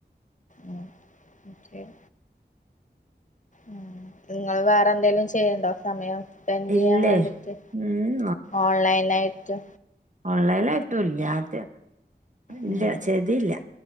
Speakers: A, on the left; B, on the right.
A: ഉം ശെരി ഉം ഇങ്ങള് വേറെന്തേലും ചെയ്യേണ്ടോ സമയം സ്പെൻ്റെയ്യാ
B: ഇല്ലേ
A: വേണ്ടീട്ട്
B: ഉം
A: ഓൺലൈനായിട്ട്
B: ഓൺലൈനായിട്ടുംല്യ ആദ്യ
A: ഉം
B: ഇല്യ ചെയ്തീല്ല